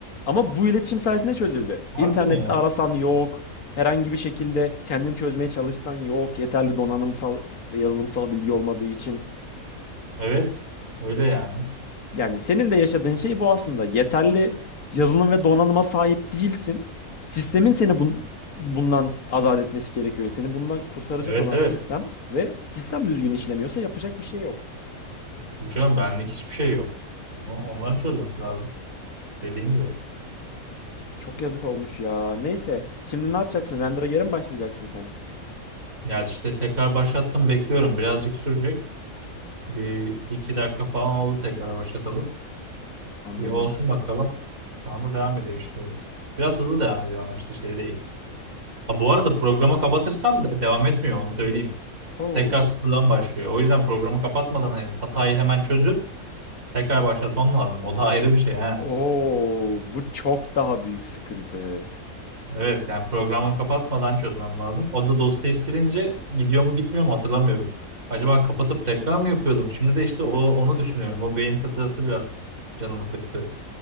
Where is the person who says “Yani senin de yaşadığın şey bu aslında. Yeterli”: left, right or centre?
Left